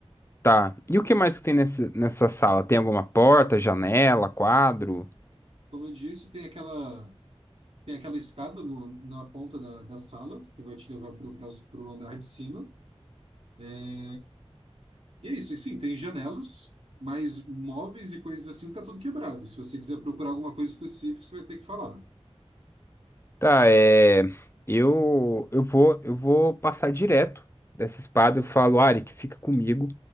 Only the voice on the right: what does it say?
Como eu disse, tem aquela, tem aquela escada no- na ponta da, da sala que vai te levar para o andar de cima. É, E é isso. E sim, tem janelas, mas móveis e coisas assim tá tudo quebrado. Se você quiser procurar alguma coisa específica, você vai ter que falar.